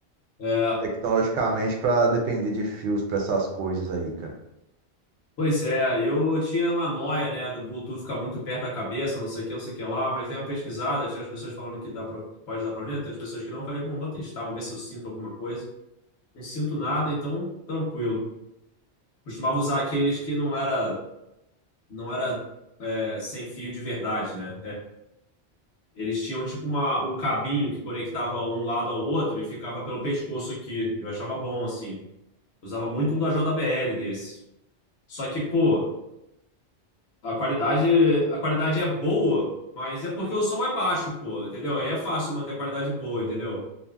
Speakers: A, on the left; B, on the right.
A: É,
B: tecnologicamente, pra depender de fios pra essas coisas aí, cara.
A: pois é, eu tinha uma noia, né, do Bluetooth ficar muito perto da cabeça, não sei o que, não sei o que lá, mas dei uma pesquisada, tinha as pessoas falando que dá pro- que pode dar problema, tem as pessoas que não, eu falei, bom, vou testar, vou ver se eu sinto alguma coisa. Não sinto nada, então tranquilo. Costumava usar aqueles que não era, não era, é, sem fio de verdade, né? Eles tinham tipo uma, um cabinho que conectava um lado ao outro e ficava pelo pescoço aqui. Eu achava bom, assim. Usava muito um da JBL desse. Só que, pô, a qualidade, a qualidade é boa, mas é porque o som é baixo, pô, entendeu? Aí é fácil manter a qualidade boa, entendeu?